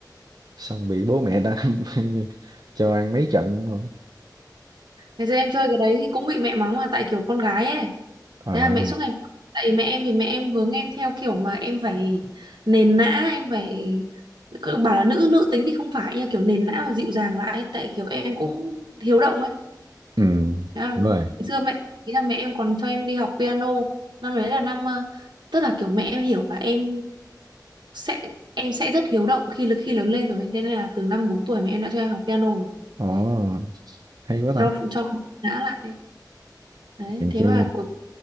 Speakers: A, on the right (about 60°); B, on the right (about 85°).
A: xong bị bố mẹ ta <laughs> cho ăn mấy trận luôn
B: ngày xưa em chơi cái đấy thì cũng bị mẹ mắng là tại kiểu con gái ấy
A: Ờ,
B: thế là mẹ suốt ngày mắng. tại mẹ em thì mẹ em hướng em theo kiểu mà em phải nền nã em phải cứ bảo là nữ nữ tính thì không phải nha kiểu nền nã và dịu dàng lại ấy. tại kiểu em cũng hiếu động ấy
A: Ừ,
B: thế là,
A: đúng
B: ngày
A: rồi.
B: xưa mẹ ý là mẹ em còn cho em đi học piano năm đấy là năm ờ, tức là kiểu mẹ em hiểu là em sẽ em sẽ rất hiếu động khi khi lớn lên rồi thế nên là từ năm 4 tuổi mẹ em đã cho em học piano rồi
A: Ồ, hay quá ta.
B: cho cho nã lại ấy. đấy
A: Hèn
B: thế
A: chi
B: mà cuối